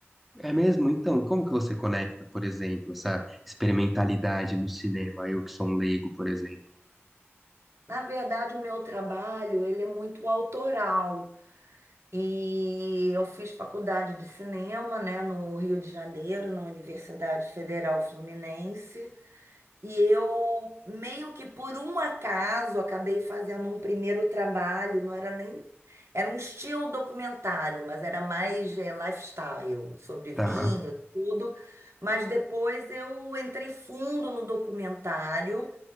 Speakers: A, in the centre; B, on the right.
A: É mesmo? Então, como que você conecta, por exemplo, essa experimentalidade no cinema? Eu que sou um leigo, por exemplo.
B: Na verdade, o meu trabalho, ele é muito autoral. E eu fiz faculdade de cinema, né, no Rio de Janeiro, na Universidade Federal Fluminense. E eu, meio que por um acaso, acabei fazendo um primeiro trabalho, não era nem. Era um estilo documentário, mas era mais eh, lifestyle, sobre vinho,
A: Tá.
B: tudo. Mas depois eu entrei fundo no documentário